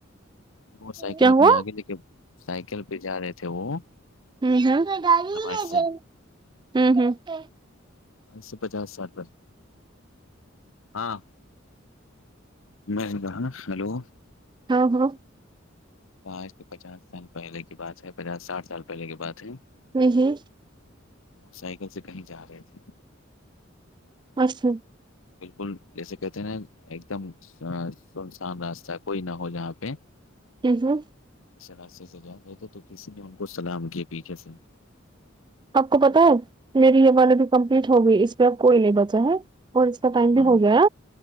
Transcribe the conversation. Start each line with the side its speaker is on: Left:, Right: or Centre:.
Left: تو سائیکل
Right: کیا
Left: اپنے
Right: ہوا
Left: آگے لے کے سائیکل پہ جا رہے تھے وہ
Right: ہمم ہمم
Left: نماز سے
Right: ہمم ہمم
Left: اج سے پچاس سال ہاں میں کہا ہیلو
Right: ہاں ہاں
Left: آج کے پچاس سال پہلے کی بات ہے پچاس ساٹھ سال پہلے کی بات ہے
Right: ہمم ہمم
Left: موٹر سائیکل سے کہیں جا رہے تھے
Right: اچھا
Left: بالکل جیسے کہتے ہیں نا ایک دم سنسان راستہ ہے کوئی نہ ہو جہاں پہ
Right: ہمم ہمم
Left: اسے راستے سے جا گئے تھے تو کسی نے ان کو سلام کیاے پیچھے سے
Right: آپ کو پتا ہے میری یہ والی بھی کمپلیٹ ہوگئی اس پہ اب کوئی نہیں بچا ہے اور اس کا ٹائم
Left: ہاں
Right: بھی ہو گیا